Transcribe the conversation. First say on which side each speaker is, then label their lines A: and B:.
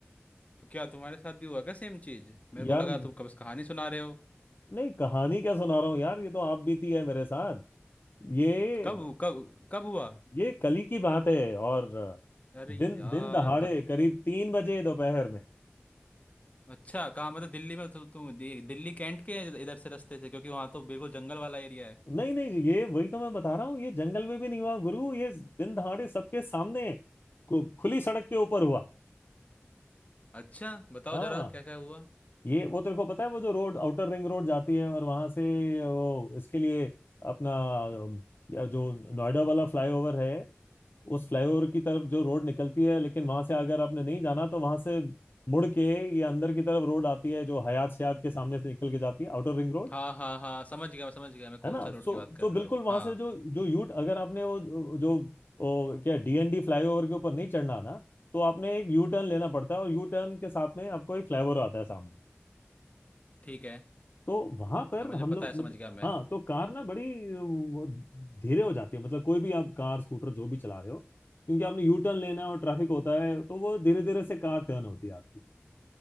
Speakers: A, on the left; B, on the left.
A: तो क्या तुम्हारे साथ भी हुआ क्या सेम चीज मेरे को
B: यार
A: लगा तुम कब से कहानी सुना रहे हो
B: नहीं कहानी क्या सुना रहा हूँ यार ये तो आप बीती है मेरे साथ ये
A: कब कब कब हुआ
B: ये कली की बात है और
A: अरे
B: दिन
A: यार
B: दिन दहाड़े
A: बत
B: करीब तीन बजे दोपहर में
A: अच्छा कहाँ मतलब दिल्ली में तु, तुम दि- दिल्ली कैंट के हैं इधर से रास्ते से क्योंकि वहाँ तो बिल्कुल जंगल वाला एरिया है
B: नहीं नहीं जी, ये वही तो मैं बता रहा हूँ ये जंगल में भी नहीं हुआ गुरु ये दिन दहाड़े सबके सामने खु- खुली सड़क के ऊपर हुआ
A: अच्छा बताओ
B: हाँ
A: जरा क्या क्या हुआ
B: ये वो तेरे को पता है वो जो रोड आउटर रिंग रोड जाती है और वहां से वो इसके लिए अपना अम, या जो नोएडा वाला फ्लाईओवर है उस फ्लाईओवर की तरफ जो रोड निकलती है लेकिन वहां से अगर आपने नहीं जाना तो वहां से मुड़ के ये अंदर की तरफ रोड आती है जो हयात शयात के सामने से निकल के जाती है आउटर रिंग रोड
A: हाँ हाँ हाँ समझ गया मैं समझ गया मैं कौन
B: है ना
A: सा रोड
B: सो
A: की बात कर
B: तो बिल्कुल
A: रहे हो
B: वहां
A: हाँ
B: से जो जो यूट अगर आपने वो जो वो क्या डीएनडी फ्लाईओवर के ऊपर नहीं चढ़ना ना तो आपने एक यू टर्न लेना पड़ता है और यू टर्न के साथ में आपको एक फ्लाईओवर आता है सामने
A: ठीक है
B: तो वहां पर
A: हाँ मुझे
B: हम
A: पता
B: लोग
A: है समझ
B: मतलब
A: गया मैं
B: हाँ तो कार ना बड़ी वो, धीरे हो जाती है मतलब कोई भी आप कार स्कूटर जो भी चला रहे हो क्योंकि आपने यू टर्न लेना है और ट्रैफिक होता है तो वो धीरे धीरे से कार टर्न होती है आपकी